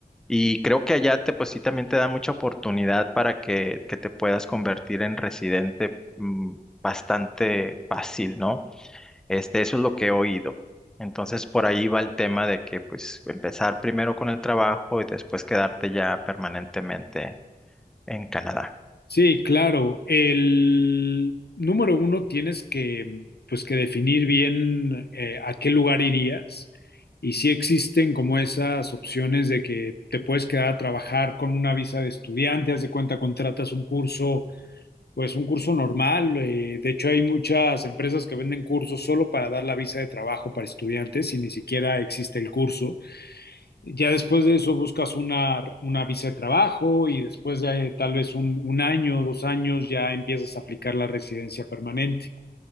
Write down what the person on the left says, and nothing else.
Sí, claro. El número uno tienes que, pues, que definir bien eh, a qué lugar irías y si existen como esas opciones de que te puedes quedar a trabajar con una visa de estudiante, haz de cuenta contratas un curso, pues un curso normal. eh, de hecho, hay muchas empresas que venden cursos solo para dar la visa de trabajo para estudiantes y ni siquiera existe el curso. Ya después de eso buscas una, una visa de trabajo y después de tal vez un, un año, dos años, ya empiezas a aplicar la residencia permanente.